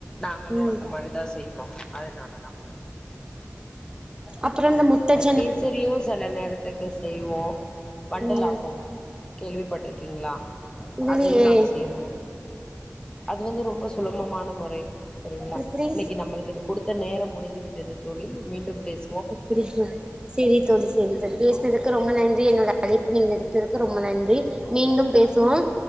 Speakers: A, on the left; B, on the right.
A: நாங்களும்
B: ம்
A: அந்த மாதிரிதான் செய்வோம் அதனால தான்
B: அப்புற இந்த முத்தட்
A: கேசரியும் சில நேரத்துக்கு செய்வோ வண்டுலாப்பம்
B: ம்
A: கேள்விப்பட்டிருக்கீங்ளா
B: இல்லையே
A: அதையு நாங்க செய்வோ அது வந்து ரொம்ப சுலமமான முறை சரிங்களா
B: எப்டி
A: இன்னைக்கு நம்மளுக்கு கொடுத்த நேரம் முடிந்து விட்டு டெது தோழி மீண்டும் பேஸ்
B: அப்படியா செரி தோழி செரி தோழி பேசினதுக்கு ரொம்ப நன்றி என்னோட அழைப்பு நீங்க எடுத்ததற்கு ரொம்ப நன்றி மீண்டும் பேசுவோம்